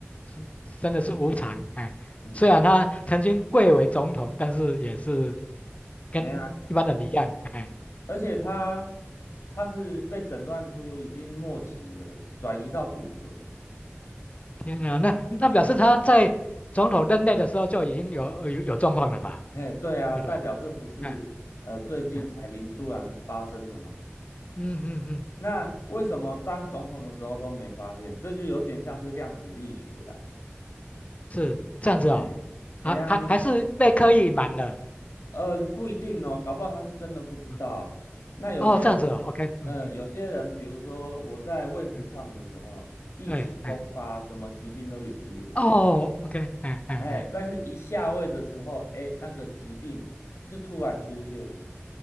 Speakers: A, on the left; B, on the left.
A: 是真的是无常，哎，
B: 嗯，
A: 虽然他曾经贵为总统，但是也是跟一般人一样，
B: 哎呀，
A: 哎，
B: 而且他他是被诊断出已经末期了，转移到骨髓，
A: 天哪，那那表示他在总统任内的时候就已经有有有状况了吧，
B: <laughs> 哎，对啊，
A: 对不对？
B: 代表这不是呃最近才临突然发生的嘛。
A: 哎哎嗯嗯嗯
B: 那为什么当总统的时候都没发现？这就有点像是量子力学啊。
A: 是这样子哦，
B: 嗯，哎呀，
A: 啊，还还是被刻意隐瞒了，
B: 你呃不一定哦，搞不好他是真的不知道。
A: 嗯，
B: 那有些人，
A: 哦，这样子哦，OK，嗯嗯
B: 嗯，有些人，比如说我在位置上的时候，
A: 嗯，
B: 意气风发，
A: 对，哎，
B: 什么疾病都远离我。
A: 哦，OK，哎哎哎，
B: 哎，但是一下位的时候，哎，那个疾病就突然出现。